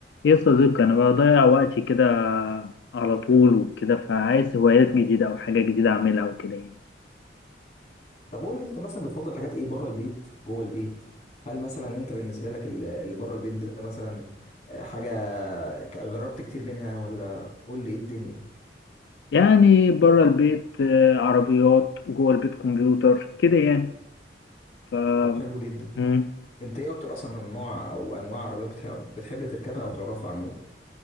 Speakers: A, on the left; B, on the left.
A: يا صديقي أنا بضيع وقتي كده على طول وكده فعايز هوايات جديدة أو حاجة جديدة أعملها وكده يعني
B: طب قول لي انت مثلا بتفضل حاجات ايه بره البيت جوه البيت هل مثلا انت بالنسبه لك ال- اللي بره البيت ده مثلا آه، حاجه ك- جربت كتير منها ولا قول لي ايه الدنيا
A: يعني بره البيت آه، عربيات جوه البيت كمبيوتر كده يعني ف
B: طب حلو جدا
A: مم.
B: انت ايه اكتر اصلا النوع او انواع عربيات بتحب, بتحب تركبها او تعرفها عموما